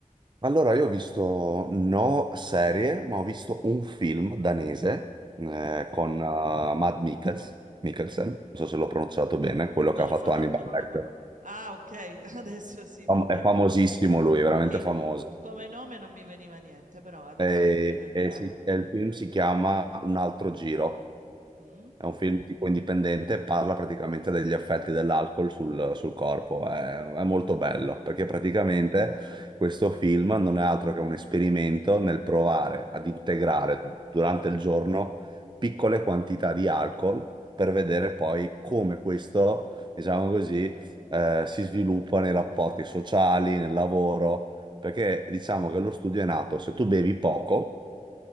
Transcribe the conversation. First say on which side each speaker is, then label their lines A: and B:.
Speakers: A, on the right (about 30°); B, on the right (about 60°).
A: Allora, io ho visto no serie, ma ho visto un film danese eh,
B: Mm?
A: con eh, Matt Mikkels, Mikkelsen, non so se l'ho pronunciato bene, quello
B: Non
A: che ha
B: lo
A: fatto
B: so,
A: Hannibal
B: tanto non
A: Lecter.
B: lo conosco. Ah, ok, <laughs> adesso sì,
A: Fam-
B: perché
A: è famosissimo lui, è veramente
B: sì,
A: famoso.
B: come nome non mi veniva niente, però adesso
A: E,
B: ho capito chi
A: e
B: è.
A: si- e il film si chiama Un altro giro.
B: Mm?
A: È un film tipo indipendente e parla praticamente degli effetti dell'alcol sul, sul corpo. È, è molto bello perché praticamente questo film non è altro che un esperimento nel provare ad integrare durante il giorno piccole quantità di alcol per vedere poi come questo, diciamo così, eh, si sviluppa nei rapporti sociali, nel lavoro. Perché diciamo che lo studio è nato, se tu bevi poco